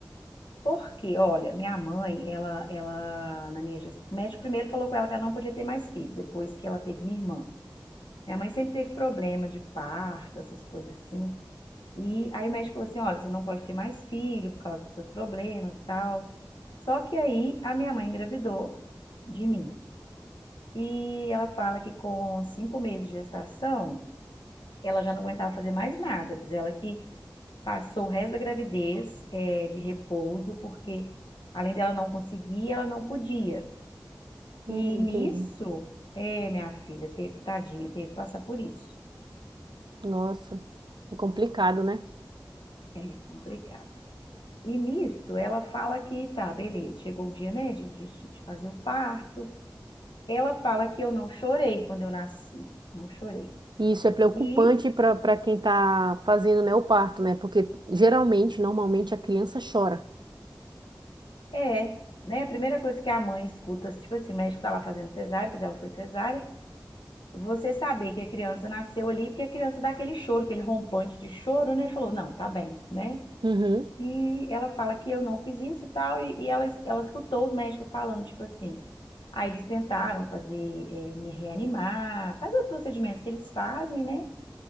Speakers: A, on the left (about 85°); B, on the right (about 70°).
A: Porque, olha, minha mãe, ela, ela, na minha gestão, o médico primeiro falou com ela que ela não podia ter mais filho, depois que ela teve minha irmã. Minha mãe sempre teve problema de parto, essas coisas assim. E aí o médico falou assim, olha, você não pode ter mais filho por causa dos seus problemas e tal. Só que aí a minha mãe engravidou de mim. E ela fala que com cinco meses de gestação, ela já não aguentava fazer mais nada. Diz ela que passou o resto da gravidez, eh, de repouso, porque além dela não conseguir, ela não podia.
B: Hum,
A: E
B: entendi.
A: nisso, é, minha filha, teve, tadinha, teve que passar por isso.
B: Nossa, é complicado, né?
A: É complicado. E nisso, ela fala que tá, beleza, chegou o dia, né, de, de, de fazer o parto. Ela fala que eu não chorei quando eu nasci, não chorei.
B: E isso é preocupante
A: E
B: para para quem está fazendo, né, o parto, né? Porque geralmente, normalmente, a criança chora.
A: É, né? A primeira coisa que a mãe escuta, tipo assim, o médico tá lá fazendo cesárea, que o dela foi cesárea, você saber que a criança nasceu ali, porque a criança dá aquele choro, aquele rompante de choro, né? E falou, não, tá bem, né?
B: Uhum.
A: E ela fala que eu não fiz isso tal, e, e ela, ela escutou os médicos falando, tipo assim. Aí eles tentaram fazer, eh, me reanimar, fazer os procedimentos que eles fazem, né?